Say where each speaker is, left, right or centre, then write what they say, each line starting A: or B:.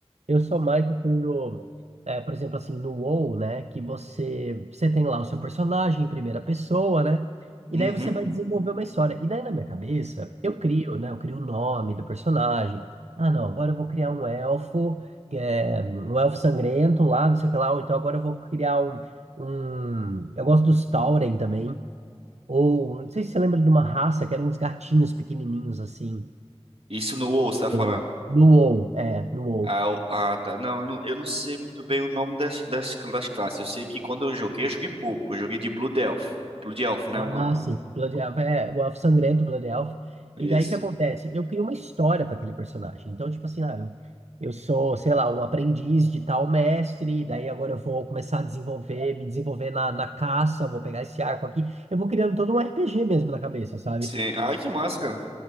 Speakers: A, on the right (about 80°); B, on the right (about 60°).
A: Eu sou mais assim do, é, por exemplo, assim, no WoW, né? Que você, você tem lá o seu personagem em primeira pessoa, né? E
B: Uhum.
A: daí você vai desenvolver uma história. E daí na minha cabeça, eu crio, né? Eu crio o nome do personagem. Ah, não, agora eu vou criar um elfo, que é um elfo sangrento lá, não sei o que lá. Ou então agora eu vou criar um, um... Eu gosto dos Tauren também. Ou, não sei se você lembra de uma raça que eram uns gatinhos pequenininhos assim.
B: Isso no WoW, você tá falando?
A: No WoW, é, no WoW.
B: Ah, o- ah, tá. Não eu, não, eu não sei muito bem o nome das, das, das classes. Eu sei que quando eu joguei, eu joguei pouco. Eu joguei de Blue Delph. Blue Delph, né,
A: Ah,
B: o nome?
A: sim. Blood Elf é o Elfo Sangrento, Blood Elf.
B: Isso.
A: E daí o que acontece? Eu crio uma história para aquele personagem. Então, tipo assim, ah, eu, eu sou, sei lá, um aprendiz de tal mestre, daí agora eu vou começar a desenvolver, me desenvolver na, na caça, vou pegar esse arco aqui. Eu vou criando todo um RPG mesmo na cabeça, sabe?
B: Sim. Ai, que massa, cara.